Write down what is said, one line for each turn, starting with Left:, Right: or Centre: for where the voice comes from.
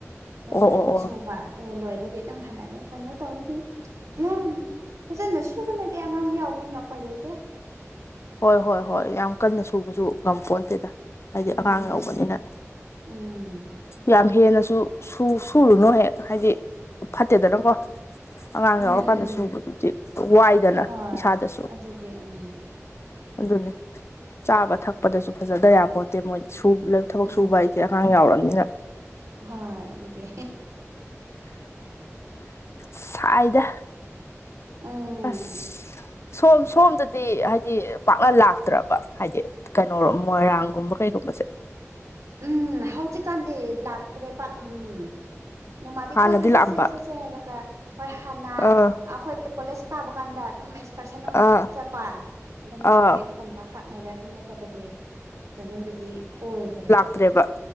Right: ꯑꯗꯨꯝ
Left: ꯑꯣ ꯑꯣ ꯑꯣ
Right: ꯁꯨꯕ ꯇꯨ ꯂꯣꯏꯔꯗꯤ ꯑꯗꯨꯝ ꯍꯜꯂꯛꯑꯦ ꯀꯩꯅꯣ ꯇꯧꯔꯗꯤ ꯌꯥꯝ ꯐꯖꯅ ꯁꯨꯕ ꯅꯠꯇꯦ ꯑꯉꯥꯡ ꯌꯥꯎꯕꯅꯤꯅ ꯎꯄꯥꯏ ꯂꯩꯇꯦ
Left: ꯍꯣꯏ ꯍꯣꯏ ꯍꯣꯏ ꯌꯥꯝ ꯀꯟꯅ ꯁꯨꯕꯁꯨ ꯉꯝꯄꯣꯟꯇꯦꯗ ꯍꯥꯏꯗꯤ
Right: ꯎꯝ
Left: ꯑꯉꯥꯡ ꯌꯥꯎꯕꯅꯤꯅ
Right: ꯎꯝ
Left: ꯌꯥꯝ ꯍꯦꯟꯅꯁꯨ ꯁꯨ ꯁꯨꯔꯨꯅꯨ ꯍꯦꯛ ꯍꯥꯏꯗꯤ ꯐꯠꯇꯦꯗꯅꯀꯣ ꯑꯉꯥꯡ
Right: ꯎꯝ
Left: ꯌꯥꯎꯔꯀꯥꯟꯗ
Right: ꯎꯝ
Left: ꯁꯨꯕꯗꯨꯗꯤ ꯋꯥꯏꯗꯅ
Right: ꯍꯣꯏ
Left: ꯏꯁꯥꯗꯁꯨ
Right: ꯑꯗꯨꯒꯤ ꯎꯝ
Left: ꯑꯗꯨꯅꯤ ꯆꯥꯕ ꯊꯛꯄꯗꯁꯨ ꯐꯖꯗ ꯌꯥꯄꯣꯠꯇꯦ ꯃꯣꯏ ꯁꯨ ꯊꯕꯛ
Right: ꯎꯝ
Left: ꯁꯨꯕ ꯍꯥꯏꯖꯦ ꯑꯉꯥꯡ ꯌꯥꯎꯔꯝꯅꯤꯅ
Right: ꯍꯣꯏ ꯑꯗꯨꯒꯤ
Left: ꯁꯥꯏꯗ
Right: ꯎꯝ
Left: ꯑꯁ ꯁꯣꯝ ꯁꯣꯝꯗꯗꯤ ꯍꯥꯏ ꯍꯥꯏꯗꯤ ꯄꯥꯛꯅ ꯂꯥꯛꯇ꯭ꯔꯕ ꯍꯥꯏꯗꯤ ꯀꯩꯅꯣ ꯃꯣꯏꯔꯥꯡꯒꯨꯝꯕ ꯀꯩꯒꯨꯝꯕꯁꯦ
Right: ꯎꯝ ꯍꯧꯖꯤꯛꯀꯥꯟꯗꯤ ꯂꯥꯛꯇ꯭ꯔꯦ ꯄꯥꯛ ꯎꯝ ꯅꯣꯡꯃꯗꯤ
Left: ꯍꯥꯟꯅꯗꯤ
Right: ꯀꯣꯏꯕ ꯆꯠꯁꯦ
Left: ꯂꯥꯛꯑꯝꯕ
Right: ꯆꯠꯁꯦ ꯍꯥꯏꯔꯒ ꯍꯣꯏ ꯍꯥꯟꯅ
Left: ꯑꯥ
Right: ꯑꯩꯈꯣꯏ ꯀꯣꯂꯦꯖ ꯀꯥꯕ ꯀꯥꯟꯗ ꯑꯗꯨꯝ ꯑꯦꯛꯁꯀꯔꯁꯟ ꯑꯣꯏꯅ
Left: ꯑꯥ
Right: ꯆꯠꯄ ꯑꯗꯨꯃꯥꯏ
Left: ꯑꯥ
Right: ꯑꯗꯨꯒꯨꯝꯕ ꯈꯥꯛꯅꯩꯔꯦ ꯑꯗꯨ ꯅꯠꯇꯕꯗꯤ ꯀꯩꯅꯣꯗꯗꯤ ꯀꯣꯏꯗ꯭ꯔꯦ
Left: ꯇ꯭ꯔꯦꯕ